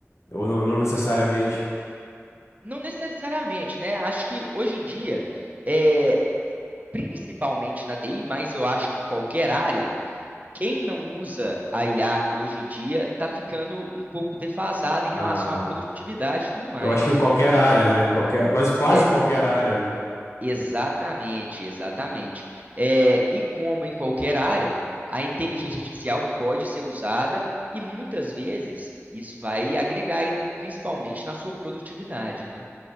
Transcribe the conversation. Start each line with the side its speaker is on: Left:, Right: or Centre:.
Left: ou não, não necessariamente?
Right: Não necessariamente, né? Acho que hoje em dia, é, principalmente na TI, mas eu acho que qualquer área, Quem não usa a IA hoje em dia tá ficando um pouco defasado em
Left: Aham.
Right: relação à produtividade e tudo mais,
Left: Eu acho
Right: né,
Left: que em qualquer
Right: velho?
Left: área, né? Qualquer, quase, quase
Right: É,
Left: qualquer área, né?
Right: exatamente, exatamente. É, e como em qualquer área, a inteligência artificial pode ser usada e muitas vezes isso vai agregar aí, na- principalmente na sua produtividade, né?